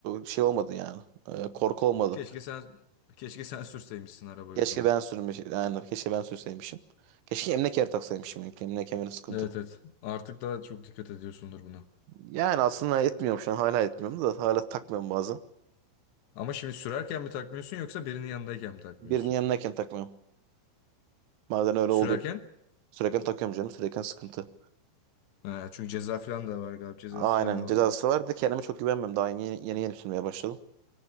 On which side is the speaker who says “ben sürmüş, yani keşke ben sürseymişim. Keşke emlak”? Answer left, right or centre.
Right